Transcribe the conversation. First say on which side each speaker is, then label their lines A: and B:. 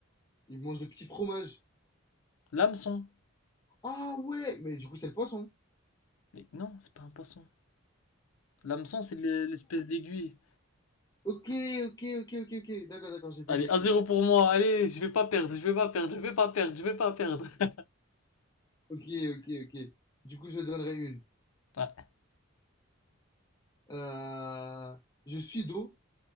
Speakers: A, on the left; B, on the left.
A: ils mangent le petit fromage.
B: L'hameçon.
A: Ah ouais, mais du coup, c'est le poisson.
B: Mais non, c'est pas un poisson. L'hameçon, c'est l'e- l'espèce d'aiguille.
A: Ok, ok, ok, ok, ok. D'accord, d'accord, j'ai bugué.
B: Allez, 1 zéro pour moi. Allez, je vais pas perdre, je vais pas perdre, je vais pas perdre, je vais pas perdre. <laughs>
A: Ok, ok, ok. Du coup, je donnerai une.
B: Ouais.
A: Euh, je suis d'eau,